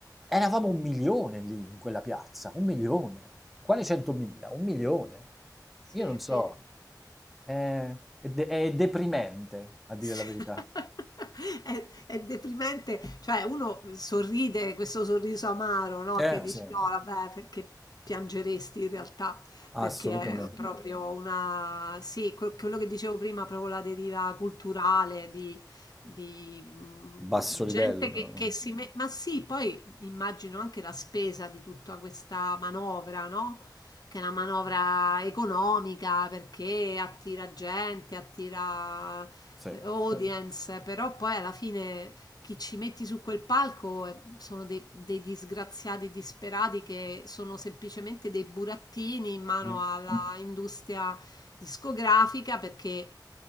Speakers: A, in the centre; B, on the left.
A: Eravamo un milione lì in quella piazza, un milione. Quali centomila? Un milione.
B: sì,
A: Io non
B: è
A: so.
B: vero.
A: È, è de- è deprimente, a dire
B: <laughs>
A: la verità.
B: È, è deprimente, cioè uno sorride questo sorriso amaro, no?
A: Eh,
B: Che dici
A: sì,
B: no, vabbè, perché piangeresti in realtà,
A: assolutamente.
B: perché Ma è sì. proprio una, sì, que- quello che dicevo prima, proprio la deriva culturale di, di, mh,
A: Basso livello,
B: gente
A: però.
B: che, che si mette, ma sì, poi immagino anche la spesa di tutta questa manovra, no? Che è una manovra economica perché attira gente, attira
A: Sì.
B: eh, audience, però poi alla fine chi ci metti su quel palco eh, sono dei, dei disgraziati disperati che sono semplicemente dei burattini in mano
A: Mm,
B: alla industria discografica perché